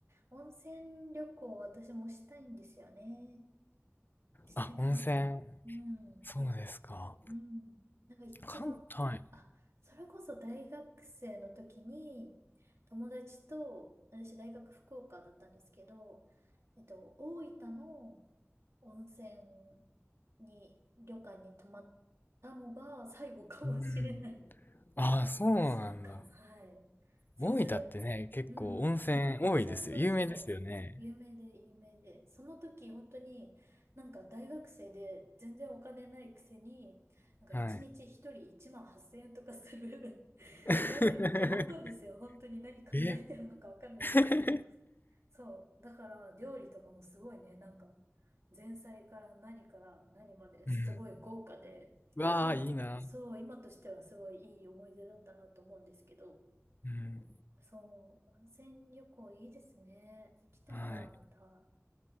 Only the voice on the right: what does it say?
温泉旅行私もしたいんですよね。してないな。
うん。
うん。なんか一番、
あ、それこそ大学生の時に、友達と、私大学福岡だったんですけど、えっと、大分の温泉に、旅館に泊まったのが最後かもしれない。
そうかも、はい。そう、
それ、
うん。そうそうそう。
有名で、有名で。その時、本当に、なんか大学生で全然お金ないくせに、なんか一日一人1万8000円とかする
<laughs>
宿に泊まったんですよ。本当に何考えてるのかわかんないんですけど。
そう。だから、料理とかもすごいね、なんか、前菜から何から何まですごい豪華で、
まあ、
そう、今としてはすごいいい思い出だったなと思うんですけど、
そう、温泉旅行いいですね。行きたいな、
また。